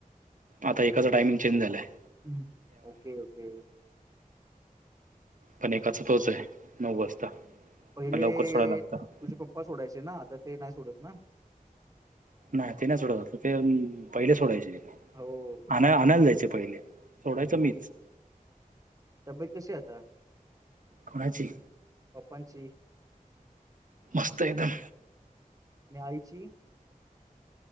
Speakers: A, on the right (about 65°); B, on the right (about 25°).
A: आता एकाचा टाईम चेंज झालाय आहे.
B: हम ओके ओके.
A: पणं एकाचा तोंच आहे नऊ वाजता
B: पहिलें
A: मग लवकर सोडायला लागतं
B: तुझें पप्पा सोडायचे ना आता ते नाही सोडत ना.
A: नाही ते नाही सोडात आता ते पहिले सोडायचे
B: हो
A: आणय आणायला जायचे पहिलें. सोडायचं मीच.
B: तब्येत कशी आहे आता?
A: कोणाची?
B: पाप्पांची.
A: मस्त एकदम.
B: आणि आईची?